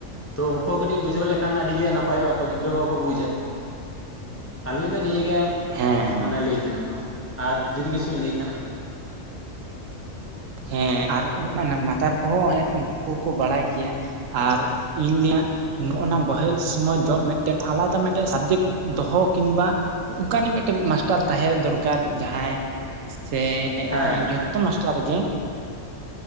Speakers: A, on the left; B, on the right.
A: ᱛᱚ ᱩᱱᱠᱩ ᱦᱚ ᱠᱟᱹᱴᱤᱡ ᱵᱩᱡᱷᱟᱹᱣ ᱠᱷᱟᱱ ᱟᱹᱰᱤ ᱜᱮ ᱱᱟᱯᱟᱭᱚᱜᱼᱟ ᱠᱚ ᱜᱤᱫᱽᱨᱟᱹ ᱵᱟᱠᱚ ᱵᱩᱡᱟ, ᱟᱹᱞᱤᱧᱟᱜ ᱫᱚ ᱱᱤᱭᱟᱹᱜᱮ
B: ᱦᱮᱸ
A: ᱢᱟᱱᱮ ᱞᱟᱹᱭ ᱛᱮᱱᱟᱜ ᱫᱚ ᱟᱨ ᱡᱩᱫᱤ ᱠᱤᱪᱷᱩ ᱞᱟᱹᱭ ᱠᱷᱟᱱ
B: ᱦᱮᱸ ᱟᱨ ᱢᱟᱛᱟᱨ ᱠᱚᱦᱚᱸ ᱩᱱᱠᱩ ᱠᱚᱠᱚ ᱵᱟᱲᱟᱭ ᱜᱮᱭᱟ ᱟᱨ ᱤᱧ ᱨᱮᱭᱟᱜ ᱱᱚᱜᱼ ᱱᱟ ᱵᱚᱦᱮᱞ ᱥᱚᱢᱚᱭ ᱫᱚ ᱢᱤᱫᱴᱮᱱ ᱟᱞᱟᱫᱟ ᱢᱤᱫᱴᱮᱱ ᱥᱟᱵᱡᱮᱠᱴ ᱫᱚᱦᱚ ᱠᱤᱝᱵᱟ, ᱚᱱᱠᱟᱱ ᱢᱤᱫᱴᱮᱱ ᱢᱟᱥᱴᱟᱨ ᱛᱟᱦᱮ ᱫᱚᱨᱠᱟᱨ ᱡᱟᱦᱟᱸᱭ ᱥᱮ
A: ᱦᱮᱸ
B: ᱡᱚᱛᱚ ᱢᱟᱥᱴᱟᱨ ᱨᱮᱜᱮ